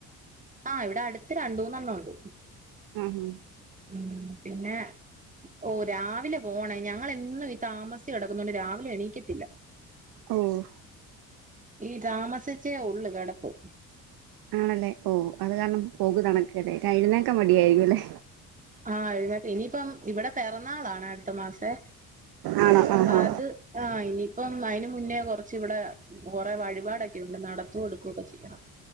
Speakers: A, on the right (about 20°); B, on the right (about 60°).
A: ആഹ് ഇവിടടുത്ത് രണ്ട മൂന്നെണ്ണം ഉണ്ട്
B: ആഹ് ഹാ
A: ഉം പിന്നെ ഓഹ് രാവിലെ പോണേയ് ഞങ്ങളെന്നും ഈ താമസിച്ചെടക്കുന്നോണ്ട് രാവിലെ എണീക്കത്തില്ല
B: ഓഹ് ഓഹ്
A: ഈ താമസിച്ചേ ഒള്ള് കെടപ്പ്
B: ആണല്ലേ ഓഹ് അത് കാരണം പോക് തണക്കല്ലേ എഴുന്നേക്കാൻ മടിയായിരിക്കും അല്ലെ
A: ആഹ് എഴുന്നേറ്റ ഇനിയിപ്പം ഇവിടെ പിറന്നാളാണ് അടുത്ത മാസെ
B: ആണോ
A: അപ്പാ
B: ആഹ്
A: അത് ആഹ് ഇനിയിപ്പം അയിന് മുന്നേ കൊറച്ച് ഇവിടെ കൊറെേ വഴിപാടൊക്കെ ഉണ്ട് നടത്തോ ടുക്കൊക്കെ ചെയ്യണം